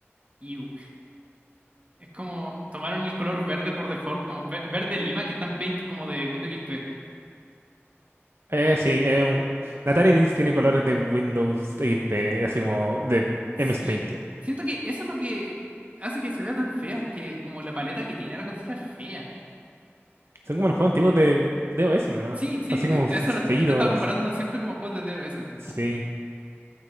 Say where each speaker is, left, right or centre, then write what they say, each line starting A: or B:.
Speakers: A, on the right; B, on the right.
A: Iu. Es como tomaron el color verde por default, como ve- verde lima que está en Paint como de Windows XP.
B: Eh, sí, eh, un- la Atari Lynx tiene colores de Windows XP, así como de
A: Sí,
B: MS Paint.
A: siento que eso es lo que hace que se vea tan fea, es que como la paleta que tiene la consola es fea.
B: Son como los juegos antiguos de DOS nomás.
A: Sí, sí,
B: Así como
A: eh, eso
B: feitos.
A: lo, lo he estado comparando siempre como juegos de D O S
B: Sí.